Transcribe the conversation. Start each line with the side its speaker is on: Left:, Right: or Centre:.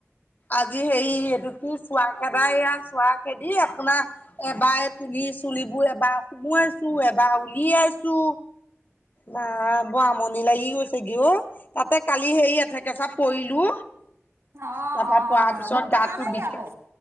Left: আজি হেৰি এইটো কি চোৱা খেদাই এইয়া চোৱা খেদি আপোনাৰ এবাৰ তনি চুলিবোৰ এবাৰ সোমাইছো এবাৰ উলিয়াইছো না ব আমণি লাগি গৈছেগে অ' তাতে কালি সেই এঠেকেচা পৰিলো
Right: অ
Left: তাপা
Right: অ
Left: পাৰ পিছত
Right: দুখ পালা
Left: গাতটো
Right: নেকি
Left: বিকে
Right: আকৌ?